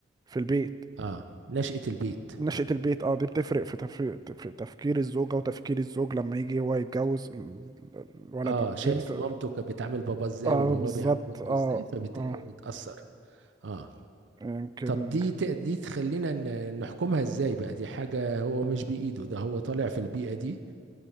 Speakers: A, on the right; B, on the right.
A: في البيت
B: اه نشأة البيت
A: نشأة البيت اه دي بتفرق في تفريق في تفكير الزوجة وتفكير الزوج لما يجي هو يتجوز ال- الولد
B: اه
A: أو البنت
B: شايف مامته كانت بتعامل بابا ازاي
A: اه
B: وباباه
A: بالظبط
B: بيعامل مامته
A: اه
B: ازاي فبالتالي
A: اه
B: هو بيتأثر اه
A: يمكن
B: طب دي ت- دي تخلينا ن- نحكمها ازاي بقى دي حاجه هو مش بايده ده هو طالع في البيئه دي